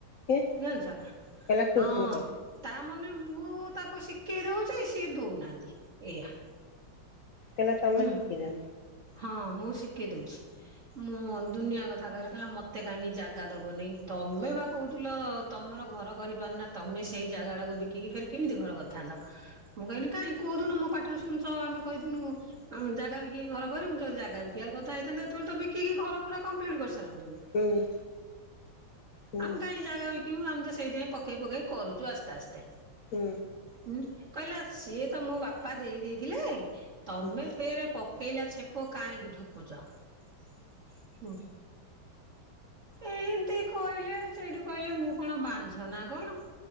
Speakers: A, on the left; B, on the right.
A: କିଏ
B: ଜାଣିଛ ନା
A: କହିଲା ତୁ
B: ହଁ
A: ମତେ
B: ତାମନୋ ମୁଁ ତାକୁ ଶିଖେଇ ଦଉଛି ସିଏ ଦଉନାହାନ୍ତି ଏଇଆ
A: ଥିଲା ତମେ
B: ହୁଁ
A: ସିଖିଯାଓ
B: ହଁ ମୁଁ ଶିଖେଇ ଦଉଛି ମୁଁ ଦୁନିଆ କଥା କହିଲା କହିଲା ମତେ କାହିଁକି ଜାଗା ଦବନି ତମେ ବା କହୁଥିଲ ତମର ଘର କରିପାରୁ ନା ତମେ ସେଇ ଜାଗା ଟାକୁ ବିକିକି ଫେର୍ କେମିତି ଘର କରିଥାନ୍ତ ମୁଁ କହିଁନି କାଇ କଉଦିନୁ ମୋ ପାଟିରେ ଶୁଣିଛ ଆମେ କହିଦିନୁ ହଁ ଜାଗା ବିକି କି ଘର କରିିବୁ ମୁଁ ଯଦ ଜାଗା ବିକିବାର କଥା ହେଇଥାନ୍ତା ଏତବେଳେ ତ ବିକିକି ଘର ପୁରା କମ୍ପ୍ଲିଟ କରିସାରନ୍ତୁନୁ
A: ହୁଁ ହୁଁ
B: ଆମ କାହିଁ ଜାଗା ବିକିବୁ ଆମେ ତ ସେଇଥିପାଇଁ ପକେଇ ପକେଇ କରୁଛୁ ଆସ୍ତେ ଆସ୍ତେ
A: ହୁଁ
B: ହୁଁ କହିଲା ସିଏ ତ ମୋ ବାପା ଦେଇ ଦେଇଥିଲେ ତମେ
A: ହୁଁ
B: ଫେରେ ପକେଇଲା ଛେପ କାହିଁକି ଢୁକୁଛ ହୁ ଏ ଏମିତି କହିଲେ ସେଇଠୁ କହିଲେ ମୁଁ କଣ ବାଞ୍ଝ ନା କଣ